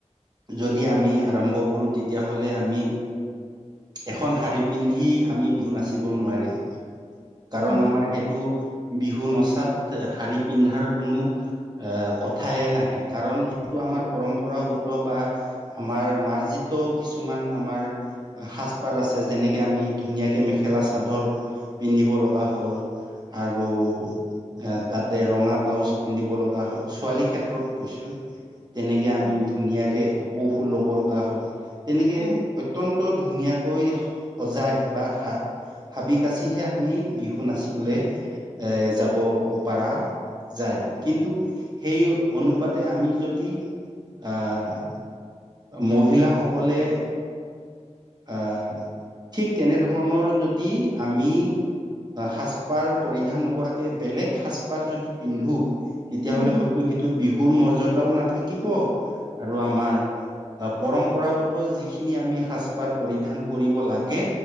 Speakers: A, on the right; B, on the left.
A: যদি আমি আৰম্ভ কৰো তেতিয়াহলে আমি এখন শাৰী পিন্ধি আমি বিহু নাচিব নোৱাৰিম। কাৰণ
B: উম
A: আমাৰ সেইটো বিহু নচাত শাৰী পিন্ধাৰ কোনো এ কথাই নাহে কাৰণ সেইটো আমাৰ পৰম্পৰাগত বা আমাৰ ম আৰ্জিত কিছুমান আমাৰ সাজপাৰ আছে যেনেকে আমি ধুনীয়াকে মেখেলা চাদৰ পিন্ধিব লগি হল আৰু এ তাতে ৰঙা ব্লাউজ পিন্ধিব লগা হ'ল ছোৱালীৰ ক্ষেত্ৰত কৈছো তেনেকে আমি
B: উম
A: ধুনীয়াকে কপৌ ফুল ল'ব লগা হ'ল তেনেকে
B: উম
A: অত্যন্ত ধুনীয়াকৈ সজাই বা হাহ হাবি কাচিহে আমি বিহু নাচিবলৈ এ যাব পাৰা যায় কিন্তু সেই অনুপাতে আমি যদি আহ মহিলা সকলে আহ ঠিক তেনেধৰণৰ যদি আমি সাজপাৰ পৰিধান নকৰাকে বেলেগ সাজপাৰ যদি পিন্ধো তেতিয়াহলে
B: উম
A: হয়তো সেইটো বিহুৰ মৰ্যদাও নাথাকিব আৰু আমাৰ পৰম্পৰাগত যিখিনি আমি সাজ পাৰ পৰিধান কৰিব লাগে